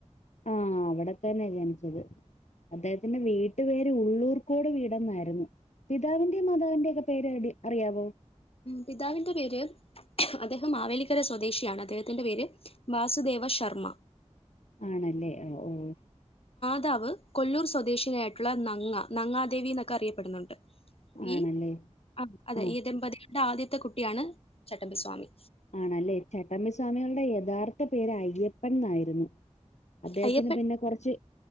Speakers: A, on the left; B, on the left.
A: ആ അവിടെ തന്നെ ജനിച്ചത് അദ്ദേഹത്തിന്റെ വീട്ടു പേര് ഉള്ളൂർക്കോട് വീടെന്നായിരുന്നു പിതാവിന്റെയും മാതാവിന്റെ ഒക്കെ പേര് അറിയാവോ
B: പിതാവിന്റെ പേര് അദ്ദേഹം മാവേലിക്കര സ്വദേശിയാണ് അദ്ദേഹത്തിന്റെ പേര് വാസുദേവ ദേവ ശർമ്മ
A: ആണല്ലേ ഓ ഓ
B: നേതാവ് കൊല്ലൂർ സ്വദേശിനിയ ആയിട്ടുള്ള നങ്ങ നങ്ങാദേവി എന്നൊക്കെ അറിയപ്പെടുന്നുണ്ട്
A: ആണല്ലേ
B: ഈ ആ അതെ
A: ആഹ്
B: ഈ ദമ്പതികളുടെ ആദ്യത്തെ കുട്ടിയാണ് ചട്ടമ്പിസ്വാമി
A: ആണല്ലേ ചട്ടമ്പി സ്വാമികളുടെ യഥാർത്ഥ പേര് അയ്യപ്പൻ എന്നായിരുന്നു അദ്ദേഹത്തിന്
B: അയ്യപ്പൻ
A: പിന്നെ കുറച്ച്